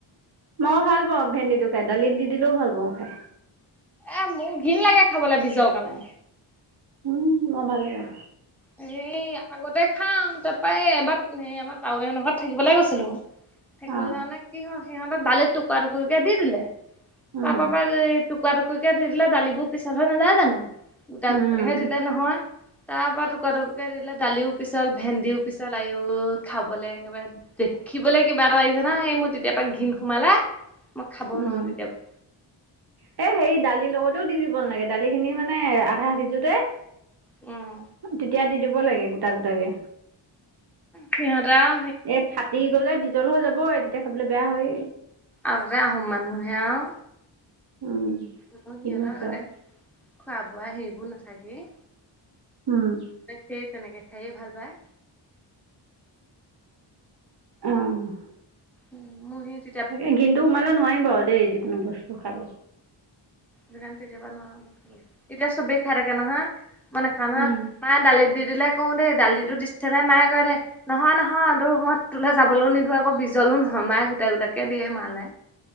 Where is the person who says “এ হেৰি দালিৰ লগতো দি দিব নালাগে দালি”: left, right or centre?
Right